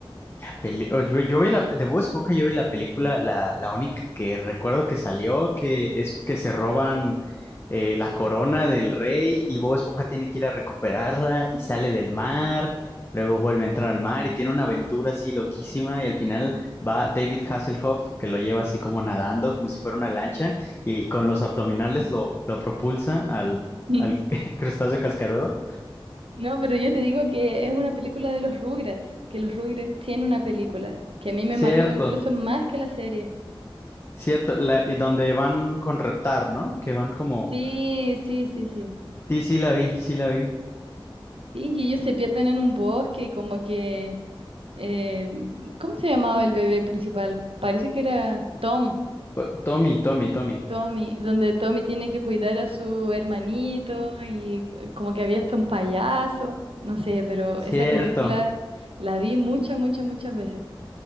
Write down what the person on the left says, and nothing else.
Peli- o yo, yo vi la de Bob Esponja, yo vi la película, la, la única que recuerdo que salió, que es que se roban eh, la corona del rey y Bob Esponja tiene que ir a recuperarla y sale del mar, luego vuelve a entrar al mar y tiene una aventura así loquísima y al final va David Hasselhoff que lo lleva así como nadando, como si fuera una lancha y con los abdominales lo, lo propulsa al,
al <laughs> crustáceo cascarudo.
Cierto,
cierto, la- y donde van con reptar, ¿no? Que van como
Sí, sí la vi, sí la vi.
O- Tommy, Tommy, Tommy.
Cierto.